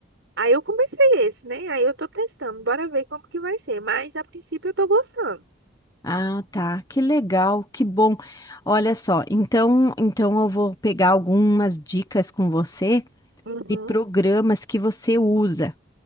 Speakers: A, on the right; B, on the left.
A: Aí eu comecei esse, né? Aí eu tô testando, bora ver como que vai ser. Mas a princípio eu tô gostando.
B: Ah, tá, que legal, que bom. Olha só, então, então eu vou pegar algumas dicas com você
A: Uhum.
B: de programas que você usa.